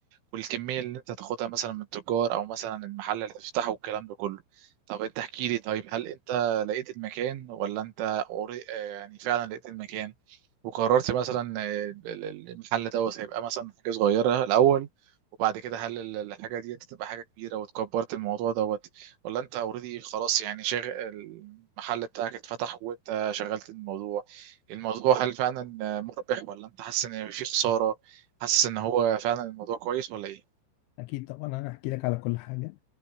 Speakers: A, on the right; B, on the left.
A: والكمية اللي أنت تاخدها مثلا من التجار أو مثلا المحل اللي تفتحه والكلام ده كله طب أنت احكي لي طيب هل أنت لقيت المكان ولا أنت قري- آه، يعني فعلا لقيت المكان وقررت مثلا آه، ال- ال- المحل دوت هيبقى مثلا حاجة صغيرة الأول وبعد كده هل ال- الحاجة دي تبقى حاجة كبيرة وتكبرت الموضوع دوت ولا انت اوريدي خلاص يعني شاغل المحل بتاعك اتفتح وانت شغلت الموضوع الموضوع هل فعلا مربح ولا انت حاسس ان في خسارة حاسس ان هو فعلا الموضوع كويس ولا ايه
B: اكيد طبعا انا هحكي لك على كل حاجه